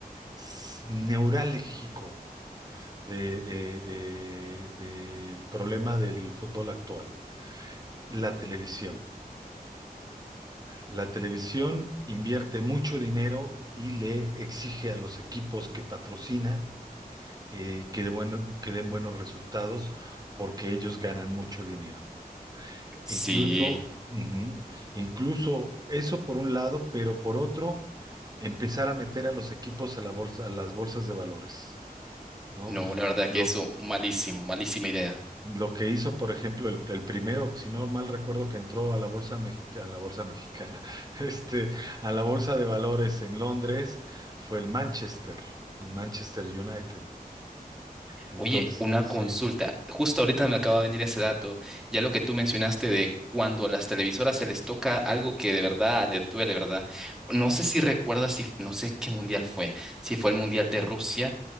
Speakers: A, on the right; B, in the centre.
A: s- neurálgico de- de- de- del problema del fútbol actual, la televisión. La televisión invierte mucho dinero y le exige a los equipos que patrocina eh, que, de bueno- que den buenos resultados porque ellos ganan mucho dinero.
B: Sí,
A: Incluso, ujú, incluso eso por un lado, pero por otro, empezar a meter a los equipos a la bolsa, a las bolsas de valores, ¿no?
B: no, la verdad
A: Lo
B: que eso, malísimo, malísima idea.
A: Lo que hizo, por ejemplo, el, el primero, si no mal recuerdo, que entró a la bolsa mexica, a la bolsa mexicana, <laughs> este, a la bolsa de valores en Londres, fue el Manchester, el Manchester United. Entonces,
B: Oye, una consulta. Justo ahorita me acaba de venir ese dato. Ya lo que tú mencionaste de cuando a las televisoras se les toca algo que de verdad les duele, ¿verdad? No sé si recuerdas, si, no sé qué mundial fue, si fue el mundial de Rusia